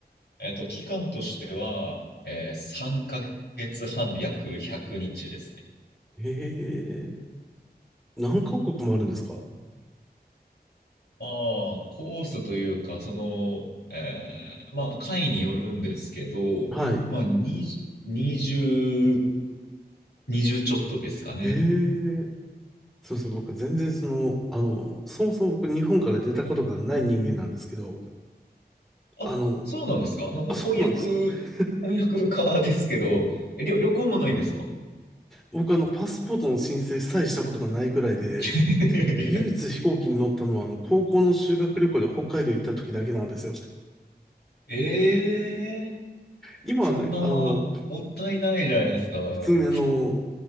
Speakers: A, on the left (about 80°); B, in the centre.
A: えっと、期間としては、えー3ヶ月半の約100日ですね。
B: ええー何カ国もあるんですか
A: まあ、コースというか、その、えーまあ、回によるんですけど、
B: はい。
A: まあ、20、20 2ちょっとですかね。
B: ええそうそう、僕全然その、あの、そもそも僕日本から出たことがない人間なんですけど、あの、
A: あ、そうなんですか。あの、ほ翻訳、
B: あ、そうなんです。<laughs>
A: 翻訳家ですけど、え旅、旅行もないんですか
B: 僕あの、パスポートの申請さえしたことがないくらいで、
A: <laughs> いやいや
B: 唯一飛行機に乗ったのはあの、高校の修学旅行で北海道行った時だけなんですよ。
A: <laughs> ええ
B: 今はね、
A: そんな、
B: あの、
A: もったいないじゃないですか。はい
B: 普通にあの、